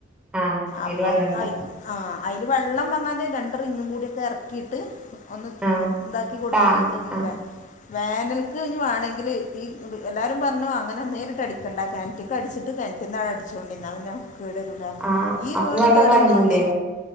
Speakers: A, in the centre; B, on the left (about 40°).
A: ആഹ് അയില്
B: അപ്പം
A: വെള്ളം ഇണ്ടാവും
B: അയ് ആഹ് അയ്ല് വെള്ളം പറഞ്ഞാല് രണ്ട് റിങ്ങും കൂടിയൊക്കെ എർക്കീട്ട് ഒന്ന്
A: ആഹ്
B: ഇതാക്കി കൊടുത്ത്
A: താ
B: ക്കാണ്ട്
A: ആഹ്
B: വേ വേനൽക്ക് ഞ് വേണങ്കിൽ ഈ എല്ലാരും പർഞ്ഞു അങ്ങനെ നേരിട്ട് അടിക്കണ്ട കെൻറ്റ്ക്കട്ച്ച് ട്ട് കെൻറ്റ്ന്നാണ്ടട്ച്ചോണ്ടി ന്നാ പിന്നെ കേടരൂല
A: ആഹ്
B: ഈ
A: അപ്പൊ
B: വീട്
A: വെള്ളം
B: കേടന്നോണ്ടേ
A: കലങ്ങൂലേ